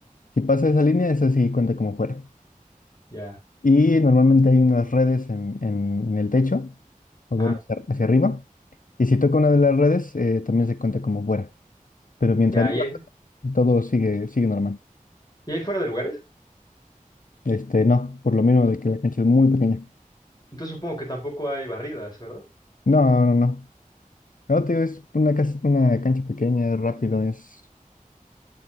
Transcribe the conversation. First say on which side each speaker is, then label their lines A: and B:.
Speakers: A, on the left; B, on the left.
A: Si pasa esa línea, esa sí cuenta como fuera.
B: ya,
A: Y normalmente hay unas redes en, en- en el techo, o
B: ajá,
A: bueno, hacia, hacia arriba. Y si toca una de las redes, eh, también se cuenta como fuera. Pero mientras
B: ya.
A: no
B: ¿Y
A: la
B: hay,
A: toque, todo sigue, sigue normal.
B: y hay fuera de lugares?
A: Este, no, por lo menos de que la cancha es muy pequeña.
B: Entonces supongo que tampoco hay barridas, ¿verdad?
A: No, no, no. No, te digo, es una, cas- una cancha pequeña, es rápido, es...